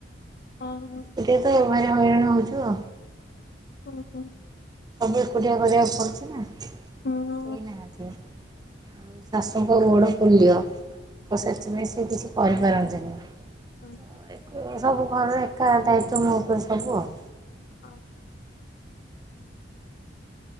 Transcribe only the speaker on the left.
ଅଁ ହଁ।
ଓହୋ।
ହଁ
ଅଁ
ହ।
ଅ ହ।